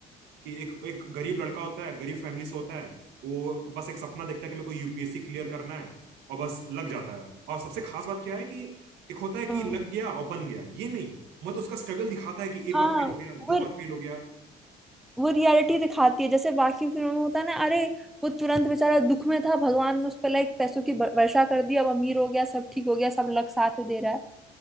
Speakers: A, on the right (about 85°); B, in the centre.
A: कि एक एक गरीब लड़का होता है गरीब फैमिली से होता है वो बस एक सपना देखता है कि मेरे को यूपीएससी क्लियर करना है और बस लग जाता है और सबसे खास बात क्या है कि एक होता है
B: हाँ
A: कि लग गया और बन गया ये नहीं मतलब उसका स्ट्रगल दिखाता है कि एक
B: हाँ
A: बार फेल हो गया
B: वो
A: दो बार फेल हो गया
B: वो रियलिटी दिखाती है जैसे बाकी फिल्मों में होता है ना अरे वो तुरंत बेचारा दुख में था भगवान ने उस पर लाइक पैसों की ब- वर्षा कर दी अब अमीर हो गया सब ठीक हो गया सब लग साथ दे रहा है